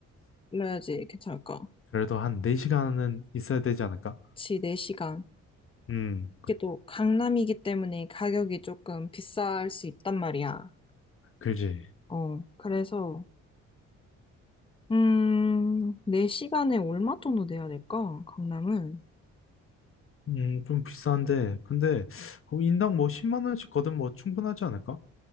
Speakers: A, on the left; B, on the left.
A: 빌려야지 괜찮을까?
B: 그래도 한 4시간은 있어야 되지 않을까?
A: 그치, 4시간.
B: 음.
A: 이게 또 강남이기 때문에 가격이 조금 비쌀 수 있단 말이야.
B: 그지.
A: 어, 그래서, 음, 4시간에 얼마 정도 내야 될까? 강남은?
B: 음, 좀 비싼데. 근데, 어, 인당 뭐 10만 원씩 거든 뭐 충분하지 않을까?